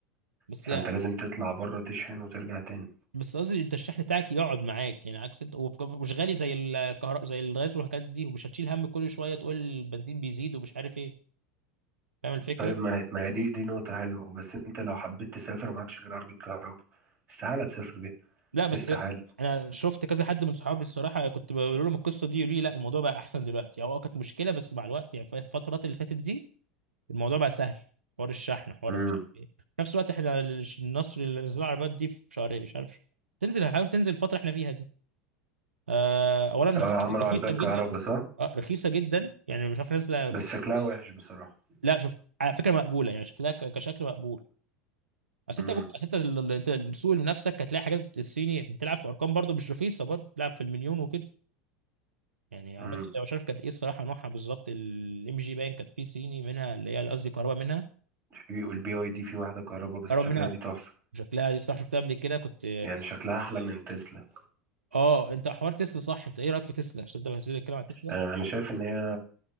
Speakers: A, on the right; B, on the right.
A: بس
B: فانت
A: يع-
B: لازم تطلع بره تشحن وترجع تاني
A: بس قصدي انت الشحن بتاعك يقعد معاك يعني عكس انت وف- ومش غالي زي الكهرباء زي الغاز والحاجات دي ومش هتشيل هم كل شويه تقول البنزين بيزيد ومش عارف ايه فاهم الفكره
B: طيب ما ما هي دي دي نقطة حلوة بس انت لو حبيت تسافر ومعكش غير عربية كهرباء استحالة تسافر بيها
A: لا بس
B: استحالة
A: انا شفت كذا حد من صحابي الصراحه كنت بقول لهم القصه دي يقولوا لي لا الموضوع بقى احسن دلوقتي هو كانت مشكله بس مع الوقت يعني في الفترات اللي فاتت دي الموضوع بقى سهل حوار الشحن حوار
B: امم
A: مش عارف ايه في نفس الوقت احنا الش- النصر اللي نزل العربيات دي في شهرين مش عارف تنزل حاول تنزل الفتره احنا فيها دي آه، اولا رخيصه
B: اه عملوا
A: رخيصة
B: عربيات
A: جدا
B: كهرباء صح
A: اه رخيصه جدا يعني مش عارف نازله
B: بس شكلها وحش بصراحة
A: لا شوف على فكره مقبوله يعني شكلها ك- كشكل مقبول اصل
B: امم
A: انت ممكن- اصل انت ال- ال- انت السوق لنفسك هتلاقي حاجات الصيني بتلعب في ارقام برضو مش رخيصه برضو بتلعب في المليون وكده يعني عامة
B: امم
A: انا مش عارف كانت ايه الصراحه نوعها بالظبط الام جي باين كانت في صيني منها اللي هي قصدي كهرباء منها
B: في البي اي دي في واحدة كهرباء بس
A: كهرباء
B: شكلها
A: منها
B: دي تحفة
A: شكلها دي الصراحه شفتها قبل كده كنت
B: يعني شكلها أحلى من تسلا
A: اه انت حوار تسلا صح انت ايه رايك في تسلا عشان انت بتنزل تتكلم عن تسلا
B: آه، أنا شايف إن هي